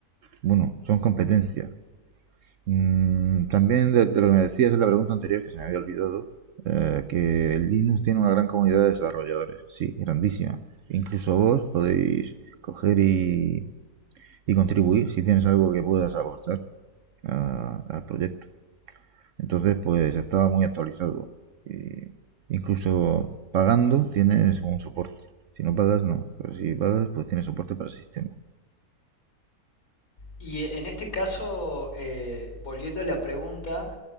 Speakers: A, on the right (about 65°); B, on the left (about 65°).
A: bueno, son competencias. Mm, también de, de, lo que me decías en la pregunta anterior, que se me había olvidado, eh, que Linux tiene una gran comunidad de desarrolladores, sí, grandísima. Incluso vos podéis coger y, y contribuir si tienes algo que puedas aportar a, al proyecto. Entonces, pues estaba muy actualizado. Eh, incluso pagando tienes un soporte. Si no pagas, no. Pero si pagas, pues tiene soporte para el sistema.
B: Y eh, en este caso, eh, volviendo a la pregunta,